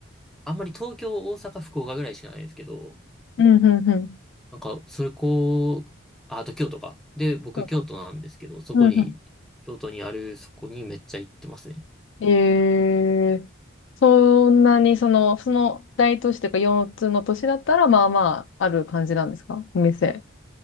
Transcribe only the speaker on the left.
うんうんうんうんうん。
そうだ
うんう
ん。ええそんなに、その、その大都市というか4つの都市だったら、まあまあ、ある感じなんですかお店。